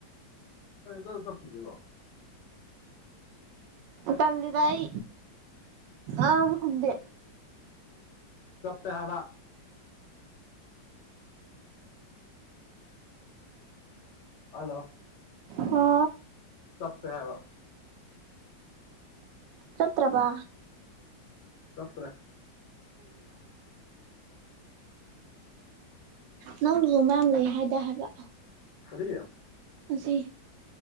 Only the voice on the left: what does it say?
ꯍ ꯀ ꯆꯠꯄꯤꯁꯤꯕꯣ
ꯁꯞꯇ ꯍꯥꯏꯔ ꯍꯜꯂꯣ
ꯇꯞꯄꯦ ꯍꯥꯏꯕ
ꯆꯄ꯭ꯔ
ꯐꯔꯤ